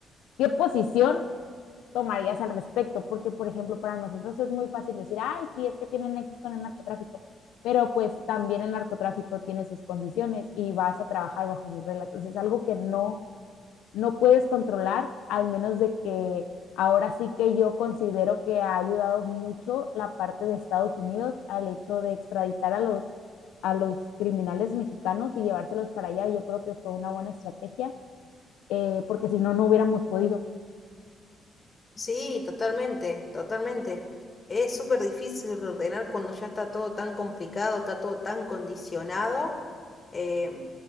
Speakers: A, on the left; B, on the left.
A: ¿qué posición tomarías al respecto, porque por ejemplo para nosotros es muy fácil decir, ay, sí, es que tienen nexos con el narcotráfico, pero pues también el narcotráfico tiene sus condiciones y vas a trabajar bajo sus reglas, entonces es algo que no, no puedes controlar, al menos de que ahora sí que yo considero que ha ayudado mucho la parte de Estados Unidos al hecho de extraditar a los, a los criminales mexicanos y llevárselos para allá, yo creo que fue una buena estrategia, eh, porque si no, no hubiéramos podido.
B: Sí, totalmente, totalmente. Es súper difícil reordenar cuando ya está todo tan complicado, está todo tan condicionado. Em,